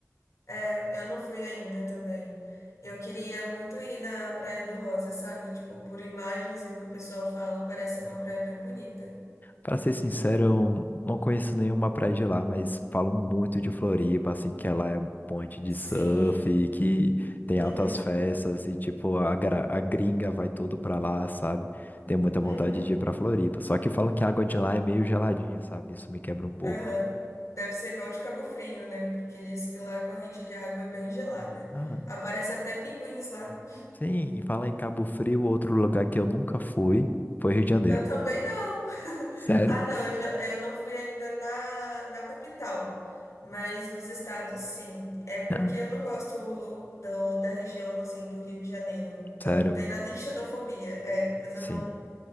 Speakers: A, on the left (about 70°); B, on the left (about 35°).
A: É, eu não fui ainda também. Eu queria muito ir na Praia do Rosa, sabe? Tipo, por imagens e o que o pessoal fala, parece uma praia bem bonita.
B: Pra ser sincero, eu não conheço nenhuma praia de lá, mas falam muito de Floripa, assim, que ela é um ponte de
A: Sim.
B: surf, que tem
A: Uhum.
B: altas festas e, tipo, a, gra- a gringa vai todo pra lá, sabe? Tenho muita vontade
A: Uhum.
B: de ir pra Floripa. Só que falam que a água de lá é meio geladinha, sabe? Isso me quebra um pouco.
A: Aham. Deve ser igual de Cabo Frio, né? Porque diz que lá a corrente de água é bem gelada.
B: Ah,
A: Aparece até pinguins lá.
B: sim, e falar em Cabo Frio, outro lugar que eu nunca fui foi Rio de Janeiro.
A: Eu também não. <laughs>
B: Sério?
A: Ah, não, eu, já- eu não fui ainda na, na capital, mas nos estados sim. É porque
B: Ah,
A: eu não gosto do, da região assim do Rio de Janeiro. Não
B: sério,
A: tem nada de xenofobia, é, mas
B: sim.
A: eu não,